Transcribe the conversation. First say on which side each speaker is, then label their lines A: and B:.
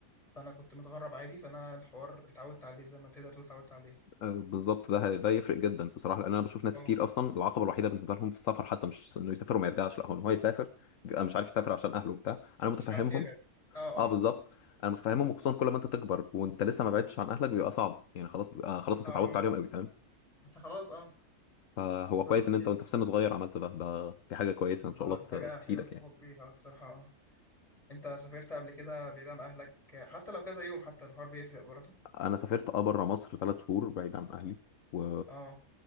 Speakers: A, on the left; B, on the left.
A: فانا كنت متغرب عادي فانا الحوار اتعودت عليه زي ما تقدر تقول اتعودت عليه
B: آه، بالظبط ده ده يفرق جدا بصراحة لأن أنا بشوف ناس
A: اه
B: كتير أصلا العقبة الوحيدة بالنسبة لهم في السفر حتى مش إنه يسافر وما يرجعش لا هو إن هو يسافر بيبقى مش عارف يسافر عشان أهله وبتاع أنا متفهمهم
A: مش عارف يبعد اه
B: أه
A: اه
B: بالظبط أنا متفهمهم وخصوصا كل ما أنت تكبر وأنت لسه ما بعدتش عن أهلك بيبقى صعب يعني خلاص بيبقى خلاص أنت
A: اه
B: اتعودت عليهم قوي فاهم
A: بس خلاص اه
B: فهو
A: وانت
B: كويس إن أنت
A: انت
B: وأنت في سن صغير عملت ده ده دي حاجة كويسة إن شاء
A: اه
B: الله
A: دي حاجه
B: ت-
A: حاجه
B: تفيدك
A: فخور
B: يعني
A: بيها الصراحه اه انت سافرت قبل كده بعيد عن اهلك حتى لو كذا يوم حتى الحوار بيفرق برضه
B: أنا سافرت أه بره مصر ثلاث شهور بعيد عن أهلي و
A: اه